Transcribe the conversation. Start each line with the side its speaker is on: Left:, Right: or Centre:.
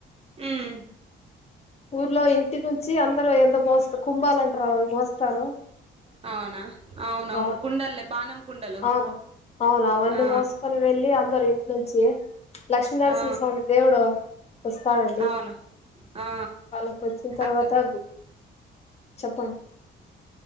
Right: మ్మ్
Left: ఊర్లో ఇంటి నుంచి అందరు ఎందో మోస్త కుంభాల అంటరు అవి మోస్తరు.
Right: అవునా అవునవును
Left: ఆ
Right: కుండల్లే బానం కుండలు
Left: ఆ అవును అవన్నీ
Right: ఆ
Left: మోసుకొని వెళ్ళి అందరు నుంచి లక్ష్మీనరసింహస్వామి
Right: ఆ
Left: దేవుడు వస్తాడండి.
Right: అవును ఆ
Left: వాళ్ళకి వచ్చిన తర్వాత
Right: అక్క
Left: గు చెప్పం